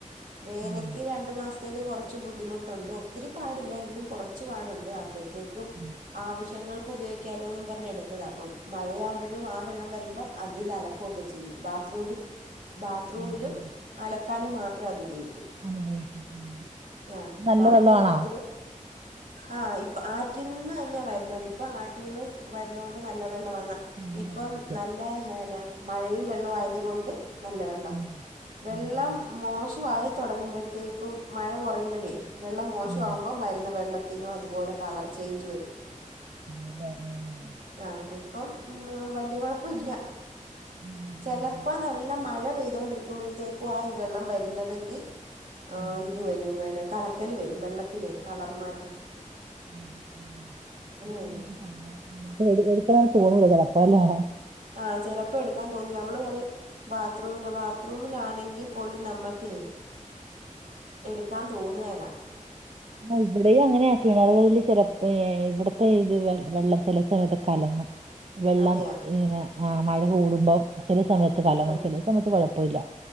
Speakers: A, on the right (about 75°); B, on the right (about 50°).
A: വേനക്ക്
B: ആഹ്
A: രണ്ട് മാസ്- ത്തേക്ക് കൊർച്ച് ബുദ്ധിമുട്ടുണ്ട് ഒത്തിരി പാടില്ല എങ്കിലും കുറച്ചു പാടുണ്ട് അപ്പോഴത്തേക്കും.
B: ഉം
A: ആവശ്യങ്ങൾക്ക് ഉപയോഗിക്കാലോന്നും പറഞ്ഞ് എടുത്തതാ അപ്പം മഴയാവുമ്പഴും ആ വെള്ളം വരുമ്പം അതിൽ അലക്കൊക്കെ ചെയ്യും. ബാത്ത്റൂമിൽ ബാത്റൂമിലും
B: ആഹ് ആഹ്
A: അലക്കാനും മാത്രാ അതു ഉപയോഗിക്കും.
B: അങ്ങനെ ഉപയോഗിക്കും ഉം
A: ആഹ്
B: നല്ല
A: ബാക്കി
B: വെള്ളമാണോ
A: എല്ലാത്തിനും. ആഹ് ഇപ്പ ആറ്റിൽ നിന്ന് തന്ന്യാ വരുന്നത് ഇപ്പൊ ആറ്റിന്ന് വരുന്നോ ണ്ട് നല്ല വെള്ളം വന്നാ.
B: തെളിഞ്ഞ
A: ഇപ്പം
B: വെള്ളായിരിക്കും
A: നല്ല എന്ന മഴയും വെള്ളവും ആയത് കൊണ്ട്. നല്ല വെള്ളം.
B: ഉം
A: വെള്ളം
B: ഉം
A: മോശവായി തൊടങ്ങുമ്പഴത്തേക്കും മഴ കൊറയുമ്പഴേ. വെള്ളം മോശവാവുമ്പം
B: ആഹ്
A: വരുന്ന വെള്ളത്തിനും അതുപോലെ കളർ ചെയ്ഞ്ച് വരും.
B: അല്ലേ ഉം.
A: ആഹ് ഇപ്പം വല്ല്യ കൊഴപ്പം ഇല്ല
B: ഉം ഉം,
A: ചലപ്പോ മഴ പെയ്തൊണ്ടിരിക്കുമ്പഴത്തേക്കും ആ ഈ വെള്ളം വരുന്നതെങ്കി
B: ഉം,
A: ആ ഇത് വരും വന്നെ കല കല് വരും വെള്ളത്തിനെ കളർമാറ്റം.
B: ഉം. <unintelligible>
A: വരും
B: എടു എടുക്കളാന്ന് തോന്നുല്ല <unintelligible> പ്പാല്ലേ.
A: ആഹ് ചെലപ്പോ എടുക്കാ തോന്നൂല നമ്മള് പറിം. ബാത്റൂമിലൊ ബാത്റൂമിലാണെങ്കി പോലും നമ്മക്കെ. എട്ക്കാ തോന്നുകേല.
B: ആ ഇവിടെയും അങ്ങനെയാകീണ് <unintelligible> ചിര ഏ ഇവടത്തെ ഇത് വെ വെള്ളം ചെല സമയത്ത് കലങ്ങും. വെള്ളം
A: അതെയാ
B: ഇങ്ങനെ ആ മഴ കൂടുമ്പം ചില സമയത്ത് കാലങ്ങും
A: ആ
B: ചില- സമയത്ത് കൊഴപ്പവില്ല